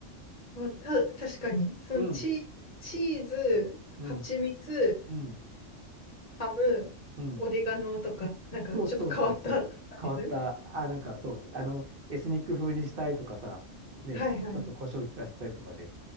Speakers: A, on the left; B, on the right.
A: まあ、た、確かに、そのチ、
B: うん、
A: チーズ、
B: うん、
A: 蜂蜜、
B: うん、
A: ハム、
B: うん。
A: オレガノとか、なんかちょっと変わったスパイス。
B: そうそうそうそう。変わった、あ、なんかそう、あの、エスニック風にしたいとかさ、ね、
A: はいは
B: ちょっと胡椒効かしたいとかね。